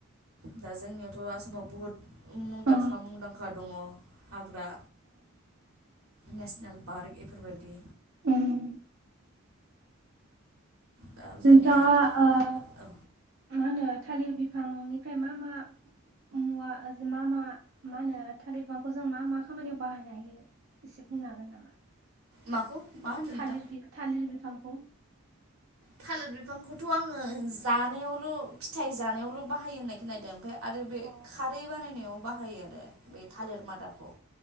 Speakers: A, on the right; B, on the right.
A: दा जोंनियावथ' आसामाव बुहुत मुंदांखा
B: अ
A: मुंदांखा दङ हाग्रा। नेसनेल पार्क बेफोरबायदि।
B: उम
A: दा जोंनिया
B: नोंथाङा ओ मा
A: औ
B: होनो थालिर बिफांनिफ्राय मा मा मुवा मा मा मा होनो थालिर बिफांखौ जों मा मा खामानियाव बाहायनो हायो। एसे बुंनो हागोन नामा?
A: माखौ मा होनदों नोंथां
B: थालिर थालिर बिफांखौ।
A: थालिर बिफांखौथ' आङो जानायावल' फिथाइ जानायावल' बाहायो होननाय खोनदों ओमफ्राय आरो बे
B: अ
A: खारै बानायनायाव बाहायो आरो बे थालिर मादाखौ।